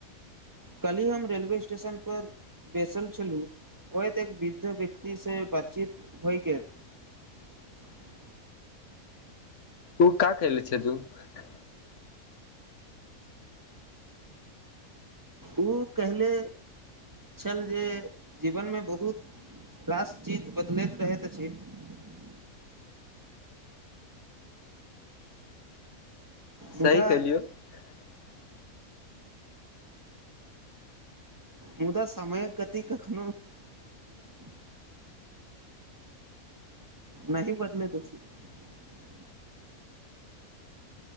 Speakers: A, on the right; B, on the left.
A: काल्हि हम रेलवे स्टेशन पर बैसल छलहुँ ओत एक वृद्ध व्यक्तिसँ बातचीत होइ गेल। <unintelligible>
B: ओ क कले छै तू। <unintelligible>
A: ओ कहिले छल जे जीवनमे बहुत रास चीज बदलैत रहैत अछि। <unintelligible> मुदा
B: सही केलियौ। <unintelligible>
A: मुदा समयक गति कखनो। <unintelligible> नहि पत नहि त छीी। <unintelligible>